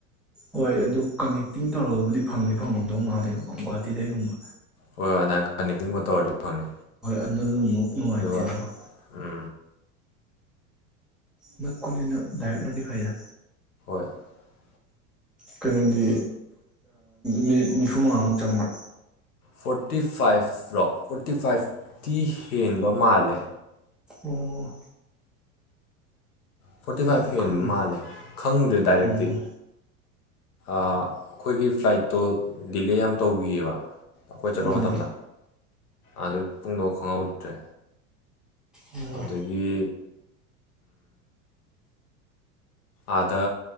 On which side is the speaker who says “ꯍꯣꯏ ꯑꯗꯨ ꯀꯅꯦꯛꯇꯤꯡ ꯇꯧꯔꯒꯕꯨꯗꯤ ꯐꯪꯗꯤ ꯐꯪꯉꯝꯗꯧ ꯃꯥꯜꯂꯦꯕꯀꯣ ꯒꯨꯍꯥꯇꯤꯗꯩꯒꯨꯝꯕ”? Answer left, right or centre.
Centre